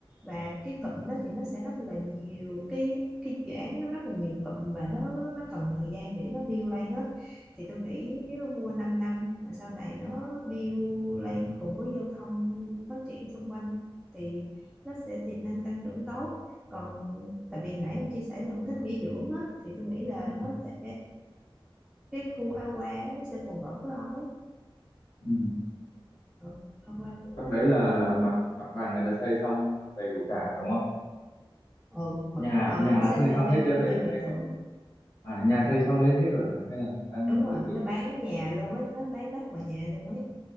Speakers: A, in the centre; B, on the left.
A: và cái cụm
B: Ừ.
A: đó thì nó sẽ rất là nhiều cái cái dự án nó rất là nhiều cụm và nó nó cần thời gian để nó build lên á thì tôi nghĩ nếu mua 5 năm năm mà sau này nó build lên cùng với giao thông phát triển xung quanh thì nó sẽ tiềm năng tăng trưởng tốt còn tại vì nãy ông chia sẻ thì ông thích nghỉ dưỡng á thì tôi nghĩ là
B: Ừ.
A: nó sẽ cái khu aqua á, nó sẽ phù hợp với ông ấy
B: Ừ.
A: ừ, Awa của
B: Trong đấy
A: Novaland
B: là là
A: đó
B: mặt mặt bằng người ta xây xong đầy đủ cả đúng không?
A: ừ mà
B: nhà
A: ờ,
B: nhà
A: nó
B: đã
A: sẽ
B: xây
A: thay
B: xong
A: theo
B: hết
A: kiểu
B: chưa hay
A: nhà
B: là
A: biệt
B: hay
A: thự
B: hay à nhà xây xong đến hết rồi à hay là đang
A: đúng rồi
B: mới chỉ
A: nó
B: để
A: bán nhà luôn ấy nó bán đất và nhà luôn ấy